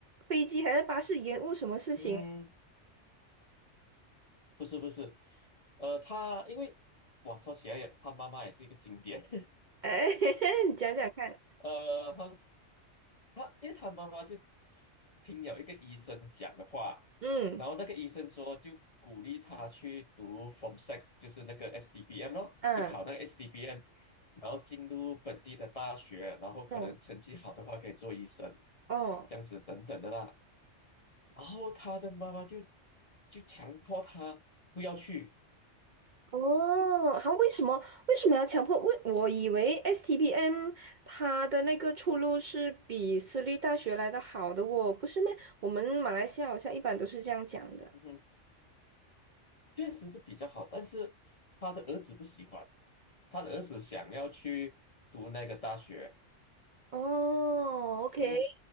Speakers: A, on the right (about 55°); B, on the left (about 40°).
A: 飞机还是巴士延误什么事情？
B: 嗯，不是不是，呃，他因为哇，说起来也，他妈妈也是一个经典，
A: 哎，<laughs> 你讲讲看。
B: <laughs> 呃，他他因为他妈妈就听了一个医生讲的话，
A: 嗯
B: 然后那个医生说就鼓励他去读 Form Six，就是那个 s d b m 咯，
A: 嗯
B: 就考那个 s d b m 然后进入本地的大学，然后可能成绩好的话可以做医生，
A: 嗯哦
B: 这样子等等的啦。然后他的妈妈就就强迫他不要去，
A: 哦，好，为什么为什么要强迫？为我以为 STPM 它的那个出路是比私立大学来的好的哦，不是咩？我们马来西亚好像一般都是这样讲的。
B: 嗯哼确实是比较好，但是他的儿子不喜欢，他的儿子想要去读那个大学。
A: 哦，OK，
B: 嗯，